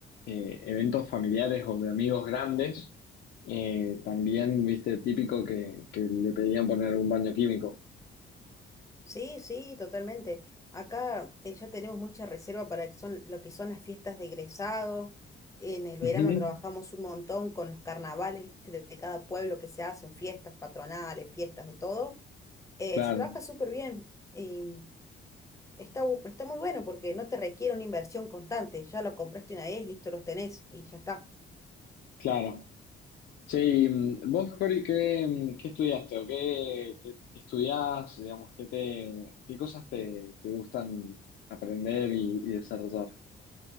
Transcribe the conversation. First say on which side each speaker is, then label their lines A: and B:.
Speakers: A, on the left (about 65°); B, on the left (about 15°).
A: eh, eventos familiares o de amigos grandes, eh, también, viste, típico que, que le pedían poner un baño químico.
B: Sí, sí, totalmente. Acá eh, ya tenemos mucha reserva para que son, lo que son las fiestas de egresado. En el verano
A: Ujú,
B: trabajamos un montón con los carnavales, ¿viste? De, de cada pueblo que se hacen, fiestas patronales, fiestas de todo. Eh,
A: Claro,
B: se trabaja súper bien y está, bu- está muy bueno porque no te requiere una inversión constante. Ya lo compraste una vez, listo, los tenés y ya está.
A: claro. Sí, mm, vos, Cori, ¿qué, mm, qué estudiaste o qué, qué- qué estudiás? Digamos, qué te, qué cosas te, te gustan aprender y, y desarrollar?